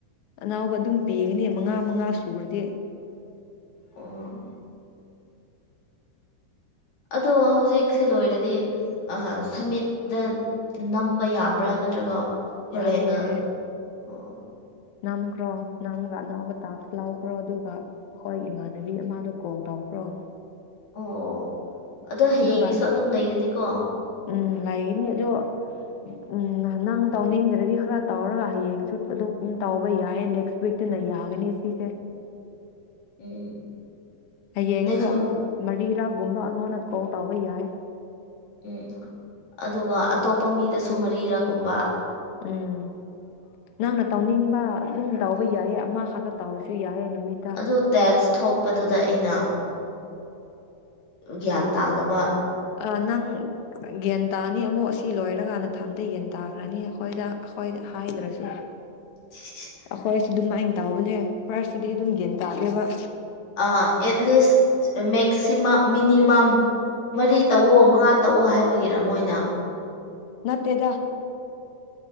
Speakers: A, on the left; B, on the left.
A: ꯑꯅꯧꯕ ꯑꯗꯨꯝ ꯄꯤꯒꯅꯤ ꯃꯉꯥ ꯃꯉꯥ ꯁꯨꯔꯗꯤ
B: ꯑꯣ ꯑꯗꯣ ꯍꯧꯖꯤꯛꯁꯦ ꯂꯣꯏꯔꯗꯤ <unintelligible> ꯁꯃꯤꯠ ꯗꯟ ꯅꯝꯕ ꯌꯥꯕ꯭ꯔꯥ ꯅꯠꯇ꯭ꯔꯒ ꯍꯣꯔꯦꯟꯅ
A: ꯌꯥꯏꯌꯦ ꯌꯥꯏꯌꯦ
B: ꯑꯣ
A: ꯅꯝꯈ꯭ꯔꯣ ꯅꯝꯃꯒ ꯑꯅꯧꯕ ꯇꯥꯛꯁ ꯂꯧꯈ꯭ꯔꯣ ꯑꯗꯨꯒ ꯑꯈꯣꯏ ꯏꯃꯥꯟꯅꯕꯤ ꯑꯃꯗꯣ ꯀꯣꯜ ꯇꯧꯈ꯭ꯔꯣ
B: ꯑꯣ ꯑꯗꯣ ꯍꯌꯦꯡꯒꯤꯁꯨ
A: ꯑꯗꯨꯒ
B: ꯑꯗꯨꯝ ꯂꯩꯒꯅꯤꯀꯣ
A: ꯎꯝ ꯂꯩꯒꯅꯤ ꯑꯗꯣ ꯎꯝ ꯅꯪ ꯇꯧꯅꯤꯡꯗ꯭ꯔꯗꯤ ꯈꯔ ꯇꯧꯔꯒ ꯍꯌꯦꯡꯁꯨ ꯑꯗꯨꯝ ꯇꯧꯕ ꯌꯥꯏꯌꯦ ꯅꯦꯛꯁ ꯇ꯭ꯋꯤꯠꯇꯅ ꯌꯥꯒꯅꯤ ꯁꯤꯁꯦ
B: ꯎꯝ
A: ꯍꯌꯦꯡꯁꯨ
B: ꯅꯦꯛꯁ ꯋꯤꯛ
A: ꯑꯃꯨꯛ ꯃꯔꯤꯔꯛꯒꯨꯝꯕ ꯑꯩꯉꯣꯟꯗ ꯀꯣꯜ ꯇꯧꯕ ꯌꯥꯏ
B: ꯎꯝ ꯑꯗꯨꯒ ꯑꯇꯣꯞꯄ ꯃꯤꯗꯁꯨ ꯃꯔꯤꯔꯛ ꯀꯨꯝꯕ
A: ꯎꯝ ꯅꯪꯅ ꯇꯧꯅꯤꯡꯕ ꯑꯗꯨꯝ ꯇꯧꯕ
B: ꯎꯝ
A: ꯌꯥꯏꯌꯦ ꯑꯃꯈꯛꯇ ꯇꯧꯔꯁꯨ ꯌꯥꯏꯌꯦ ꯅꯨꯃꯤꯠꯇ
B: ꯑꯗꯣ ꯇꯦꯛꯁ ꯊꯣꯛꯄꯗꯨꯗ ꯑꯩꯅ ꯒ꯭ꯌꯥꯟ ꯇꯥꯗꯕ
A: ꯑꯥ ꯅꯪ ꯒꯌ꯭ꯥꯟ ꯇꯥꯅꯤ ꯑꯃꯨꯛ ꯑꯁꯤ ꯂꯣꯏꯔꯀꯥꯟꯗ ꯊꯟꯗ ꯌꯥꯟ ꯇꯥꯈ꯭ꯔꯅꯤ ꯑꯩꯈꯣꯏꯗ ꯑꯩꯈꯣꯏ ꯍꯥꯏꯗ꯭ꯔꯁꯨ
B: <inaudible>
A: ꯑꯈꯣꯏꯁꯨ ꯗꯨꯃꯥꯏꯟ ꯇꯥꯎꯕꯅꯦ ꯐꯥꯔꯁꯇꯗꯤ ꯑꯗꯨꯝ ꯒ꯭ꯌꯥꯟ ꯇꯥꯗꯦꯕ
B: ꯑ ꯑꯦꯠꯂꯤꯁ ꯃꯦꯛꯁꯤꯃꯝ ꯃꯤꯅꯤꯃꯝ ꯃꯔꯤ ꯇꯧꯑꯣ ꯃꯉꯥ ꯇꯧꯑꯣ ꯍꯥꯏꯕꯒꯤꯔꯥ ꯃꯣꯏꯅ
A: ꯅꯠꯇꯦꯗ